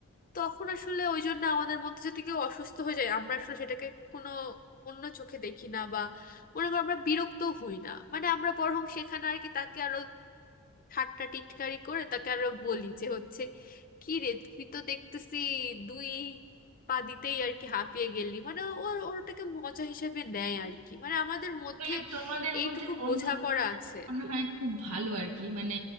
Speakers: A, on the left (about 40°); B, on the right (about 80°).
A: তখন আসলে ওই জন্য আমাদের মধ্যে যদি কেউ অসুস্থ হয়ে যায় আমরা আসলে সেটাকে কোনো অন্য চোখে দেখি না বা মনে করো আমরা বিরক্ত হই না মানে আমরা বরং সেখানে আর কি তাকে আরো ঠাট্টা টিটকারি করে তাকে আরো বলি যে হচ্ছে কি রে তুই তো দেখতেছি দুই পা দিতেই আর কি হাঁপিয়ে গেলি মানে ওর ওটাকে মজা হিসাবে নেয় আর কি মানে আমাদের মধ্যে
B: তাহলে তোমাদের
A: এইটুকু
B: মধ্যে বন্ধুত্ব
A: বোঝাপড়া আছে
B: মনে হয় খুব ভালো আর কি মানে